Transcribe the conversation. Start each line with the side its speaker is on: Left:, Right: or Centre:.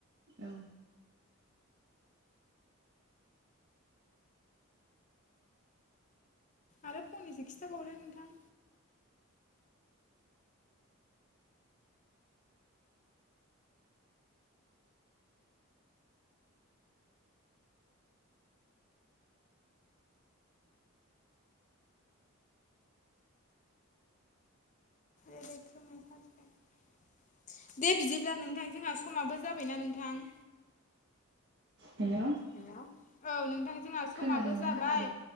Right: औ।
Left: आरो फंनैसो खिथाबावदो नोंथां। आइदै खोमाया साजोब्बाय। दे बिदिब्ला नोंथां जोंहा समाबो जाबायना नोंथां।
Right: हेल'
Left: हेलौ औ नोंथां जोंहा समाबो
Right: खोनादोंना
Left: जाबाय
Right: औ